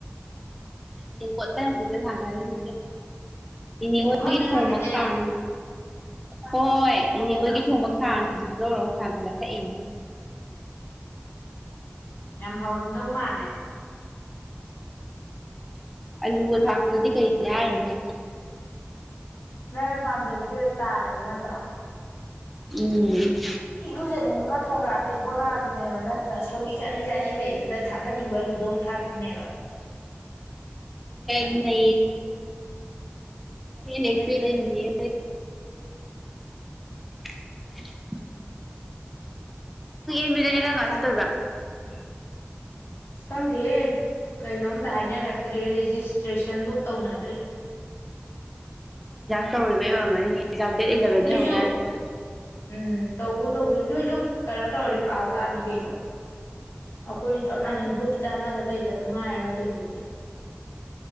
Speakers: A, in the centre; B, on the left (about 75°).
A: ꯇꯦꯡꯀꯣꯠ ꯇꯥ ꯅꯠꯇꯦꯗꯥ ꯊꯪꯡꯒꯠꯂꯤꯁꯤꯗꯤ ꯏꯅꯦꯉꯣꯟꯗꯒꯤ
B: ꯄꯨꯈꯝꯁꯨ
A: ꯊꯣꯡꯕꯒ
B: ꯊꯥꯡꯒꯠꯂꯤꯔꯥ
A: ꯈꯥꯡ ꯍꯣꯏ ꯏꯅꯦ ꯑꯣꯏꯣꯏꯒꯤ ꯊꯣꯡꯕ ꯈꯥꯡꯁꯤꯁꯨ ꯂꯧꯔ ꯊꯥꯡ ꯈꯅ ꯊꯛꯏꯅꯦ
B: ꯌꯥꯝ ꯐꯥꯎꯔꯝꯗꯧ ꯃꯥꯜꯂꯦ
A: ꯑꯂꯨꯒ ꯊꯥꯛꯄꯗꯗꯤ ꯀꯩꯅꯦ ꯍꯥꯏꯔꯅꯦꯦ
B: ꯂ ꯄꯖꯕꯤꯗ ꯇꯥꯔꯦ ꯑꯗꯨ ꯅꯠꯇ꯭ꯔ
A: ꯎꯝ
B: ꯏꯔꯨꯖꯅꯤꯡꯕꯒ ꯊꯣꯡꯒ꯭ꯔꯥ ꯇꯦꯛꯄꯒ ꯑꯗꯨꯅꯦꯕ ꯅꯠꯇ꯭ꯔ ꯁꯧꯔꯤ ꯆꯥꯅꯤꯡ ꯆꯥꯅꯤꯡ ꯂꯩ ꯑꯗꯨꯗ ꯊꯥꯛꯍꯟꯅꯤꯡꯕ ꯂꯨꯗꯣꯡ ꯊꯥꯛꯄꯅꯦꯕ
A: ꯅ ꯅꯦꯄꯤ
B: ꯐꯩ ꯐꯩ
A: ꯂꯩ <inaudible> ꯡꯕꯤꯗ ꯂꯩꯗꯪ ꯉꯁꯨ
B: ꯀꯥꯡ
A: ꯇꯣꯏꯕ ꯎꯝ
B: ꯑꯁ ꯈꯪꯗꯦ ꯀꯩꯅꯣꯝꯇ ꯍꯥꯏꯅꯔꯛꯇ꯭ꯔꯤ ꯔꯦꯖꯤꯁꯇ꯭ꯔꯦꯁꯟꯐꯧ ꯇꯧꯅꯗ꯭ꯔꯤ
A: ꯇꯧꯃꯦ ꯋꯥꯉꯅꯤ ꯑꯦꯛꯖꯝ ꯗꯦꯠ ꯏꯂꯚꯦꯟꯗ
B: ꯅꯣꯏꯁꯨ
A: ꯍꯧꯅꯔꯅꯤ ꯃ
B: ꯎꯝ ꯇꯧꯕ ꯇꯧꯗꯣꯏꯅꯤ ꯅꯣꯏꯁꯨ ꯀꯩꯅꯣ ꯇꯧꯔꯗꯤ ꯄꯥꯎ ꯇꯥꯅꯤ ꯀꯩꯅꯣ ꯑꯩꯈꯣꯏ ꯆꯞ
A: ꯇꯥꯅꯤ
B: ꯃꯥꯟꯅꯩ ꯒ꯭ꯔꯨꯞꯇ ꯑꯃꯗ ꯀꯩꯗ ꯄꯨꯡꯍꯥꯏꯔꯗꯣꯏꯗꯨꯗꯤ